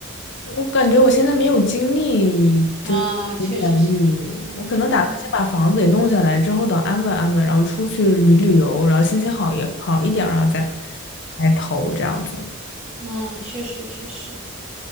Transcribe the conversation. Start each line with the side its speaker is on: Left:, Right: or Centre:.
Left: 我感觉我现在没有精力，
Right: 啊，
Left: 就是写简历，
Right: 确实是，
Left: 我可能打算先把房子给弄下来，
Right: 嗯
Left: 之后等安稳安稳，然后出去旅旅游，然后心情好一好一点儿然后再来投这样子。
Right: 嗯，确实确实，